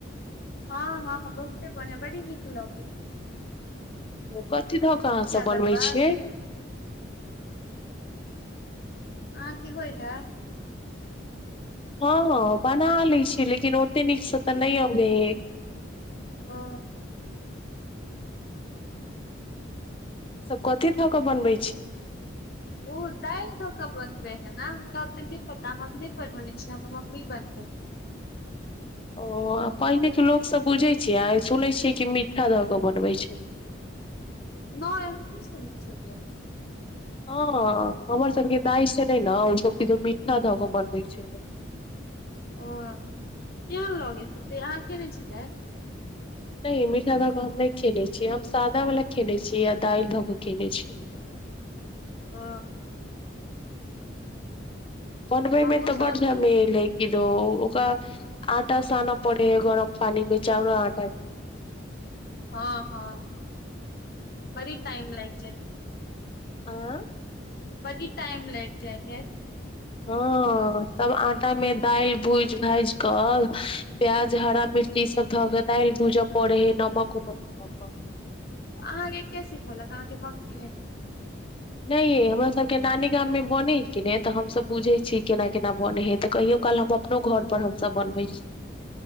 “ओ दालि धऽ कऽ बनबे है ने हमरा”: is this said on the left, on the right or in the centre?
Left